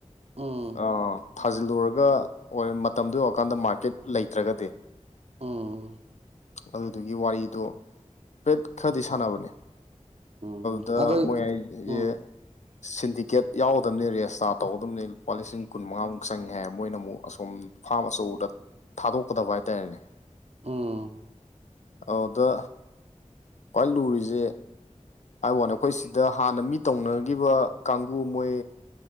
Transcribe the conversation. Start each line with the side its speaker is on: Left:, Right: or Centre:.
Right: ꯎꯝ
Left: ꯑꯥ ꯊꯥꯖꯤꯜꯂꯨꯔꯒ ꯑꯣꯏ ꯃꯇꯝꯗꯣ ꯌꯧꯔꯀꯥꯟꯗ ꯃꯥꯔꯀꯦꯠ ꯂꯩꯇ꯭ꯔꯒꯗꯤ
Right: ꯎꯝ
Left: ꯑꯗꯨꯗꯨꯒꯤ ꯋꯥꯔꯤꯗꯨ ꯄꯦꯠ ꯈꯔꯗꯤ ꯁꯥꯟꯅꯕꯅꯦ
Right: ꯎꯝ
Left: ꯇ
Right: ꯑꯗꯩ
Left: ꯃꯣꯏ ꯍꯥꯏꯖꯦ
Right: ꯎꯝ
Left: ꯁꯤꯟꯗꯤꯀꯦꯠ ꯌꯥꯎꯒꯗꯝꯅꯤ ꯔꯦꯖꯇꯥꯔ ꯇꯧꯒꯗꯝꯅꯤ ꯂꯨꯄꯥ ꯂꯤꯁꯤꯡ ꯀꯨꯟ ꯃꯉꯥꯃꯨꯛ ꯆꯪꯉꯦꯍꯥꯏ ꯃꯣꯏꯅ ꯑꯃꯨꯛ ꯑꯁꯣꯝ ꯐꯥꯝ ꯑꯆꯧꯕꯗ ꯊꯥꯗꯣꯛꯀꯗꯕ ꯍꯥꯏꯇꯥꯔꯦꯅꯦ
Right: ꯎꯝ
Left: ꯑꯗ ꯈ꯭ꯋꯥꯏ ꯂꯨꯔꯤꯖꯦ ꯍꯥꯏ ꯋꯥꯅꯦ ꯑꯩꯈꯣꯏ ꯁꯤꯗ ꯍꯥꯟꯅ ꯃꯤ ꯇꯧꯅꯒꯤꯕ ꯀꯥꯡꯒꯨ ꯃꯣꯏ